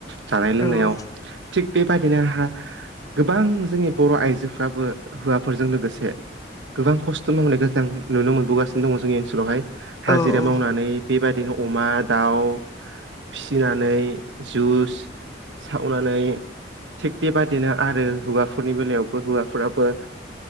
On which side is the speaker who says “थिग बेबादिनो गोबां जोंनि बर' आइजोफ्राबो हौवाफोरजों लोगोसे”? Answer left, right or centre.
Right